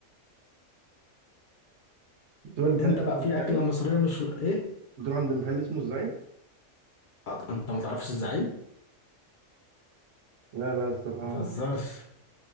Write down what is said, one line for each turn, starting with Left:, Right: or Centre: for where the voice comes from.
Right: بتروح لمحل
Left: انت
Right: اسمه
Left: بقى في
Right: الزعيم؟
Left: اكله مصريه مش ايه
Right: بتروح عند محل اسمه الزعيم؟
Left: آه، انت ما تعرفش الزعيم
Right: لا لا الصراحة
Left: ما تهزرش